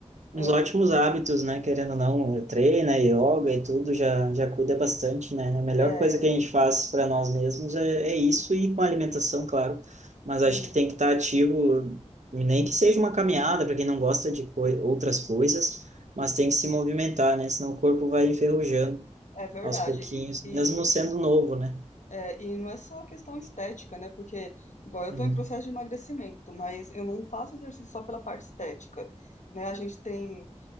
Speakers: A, on the right; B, on the left.
A: uns
B: É,
A: ótimos hábitos, né? Querendo ou não, treina, yoga e tudo, já, já cuida bastante, né? A melhor
B: é,
A: coisa que a gente faz para nós mesmos é, é isso e com a alimentação, claro. Mas
B: sim,
A: acho que tem que estar ativo, nem que seja uma caminhada, para quem não gosta de coi- outras coisas, mas tem que se movimentar, né? Senão o corpo vai enferrujando
B: é verdade.
A: aos pouquinhos,
B: E,
A: mesmo
B: e,
A: sendo novo, né?
B: é, e não é só a questão estética, né? Porque, igual eu
A: Uhum.
B: tô em processo de emagrecimento, mas eu não faço exercício só pela parte estética, né? A gente tem